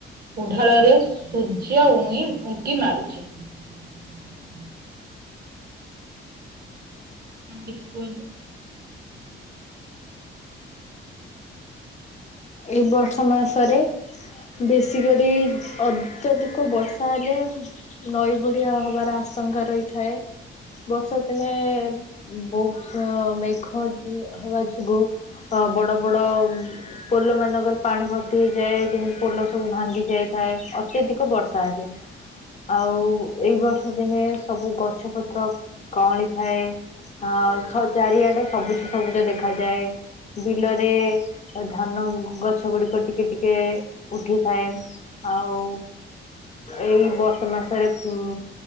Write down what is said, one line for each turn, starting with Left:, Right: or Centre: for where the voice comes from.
Right: ଉଢାଳରେ ସୂର୍ଯ୍ୟ ଉଇଁ ଉଙ୍କି ମାରୁଛି। ହୁଁ ହୁଁ। <unintelligible> କଣ କିଛି କୁହନ୍ତୁ?
Left: ଏଇ ବର୍ଷ ମାସରେ ବେଶୀ କରି ଅତ୍ୟଧିକ ବର୍ଷା ହେଲେ ନଈ ବଢ଼ିଆ ହେବାର ଆଶଙ୍କା ରହିଥାଏ। ବର୍ଷା ଦିନେ ବହୁତ ମେଘ ଜୁ ହେବା ଯୋଗୁଁ ଅ ବଡ଼, ବଡ଼ ପୋଲ ମାନଙ୍କରେ ପାଣି ଭର୍ତ୍ତି ହେଇଯାଏ, ଯେମିତି ପୋଲ ସବୁ ଭାଙ୍ଗି ଯାଇଥାଏ ଅତ୍ୟଧିକ ବର୍ଷା ହେଲେ। ଆଉ ଏଇ ବର୍ଷ ଦିନେ ସବୁ ଗଛ ପତ୍ର କଅଁଳି ଥାଏ। ଆଉ ଛଅ ଚାରିଆଡ଼େ ସବୁଜ ସବୁଜ ଦେଖାଯାଏ ବିଲରେ ଧାନ ଗ ଗଛ ଗୁଡ଼ିକ ଟିକିଏ ଟିକିଏ ଉଠିଥାଏ। ଆଉ ଏଇ ବର୍ଷ ମାସରେ ପୁ